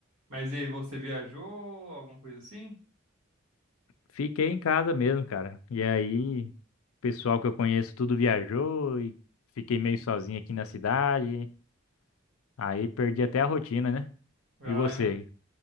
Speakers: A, on the right; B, on the left.
A: Mas e aí, você viajou, alguma coisa assim?
B: Fiquei em casa mesmo, cara. E aí, o pessoal que eu conheço tudo viajou e fiquei meio sozinho aqui na cidade. Aí perdi até a rotina, né?
A: Vai,
B: E você,
A: né?